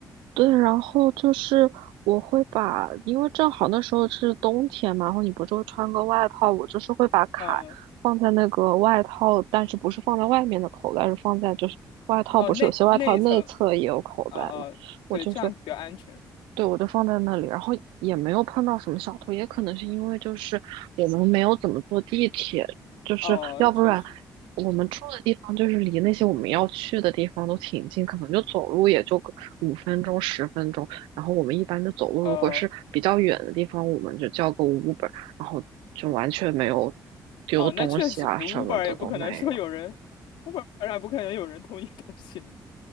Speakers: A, on the right; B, on the left.
A: 对，然后就是我会把，因为正好那时候是冬天嘛，然后你不是会穿个外套，我就是会把卡放在那个外套，
B: 嗯，
A: 但是不是放在外面的口袋，是放在就是外套，
B: 哦，
A: 不是有些外套内侧也有口袋嘛，
B: 那那一层，哦哦，
A: 我就是
B: 对，这样比较安全。
A: 对，我就放在那里，然后也没有碰到什么小偷，也可能是因为就是我们没有怎么坐地铁，就是要不然
B: 哦，确实。
A: 我们住的地方就是离那些我们要去的地方都挺近，可能就走路也就个五分钟、十分钟，然后我们一般就走路，
B: 呃，
A: 如果是比较远的地方，我们就叫个 Uber，然后就完全没有丢东西啊什么的都没有。
B: 啊，那确实，Uber 也不可能说有人，Uber 上也不可能有人偷你东西